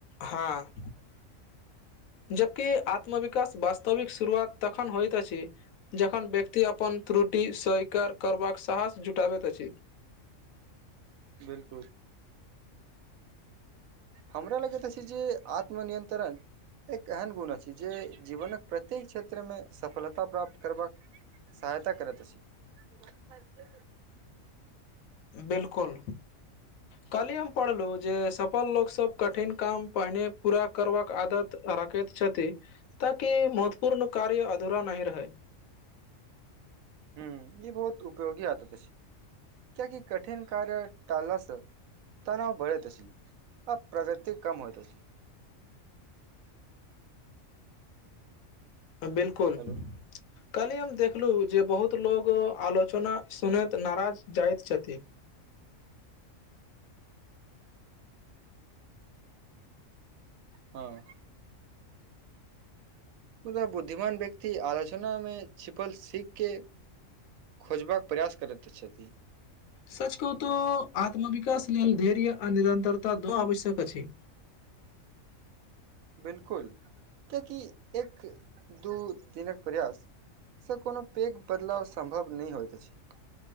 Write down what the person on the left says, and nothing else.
हाँ जते आत्मविकास वास्तविक शुरुआत तखन होइत अछि जखन व्यक्ति अपन त्रुटि स्वीकार करबाक साहस जुटाबैत अछि
बिल्कुल कली हम पढ़लु जे सफल लोक सब कठिन काम पहिने पूरा करबाक आदत राखैत छथि ताकि महत्वपूर्ण कार्य अधूरा नही रहै
बिल्कुल
कल्हि हम देखलु जे बहुत लोको आलोचना सुनैत नाराज जाइत छथि
सच कहु तो आत्मविकास लेल धैर्य आ निरंतरता दोनो आवश्यक अछि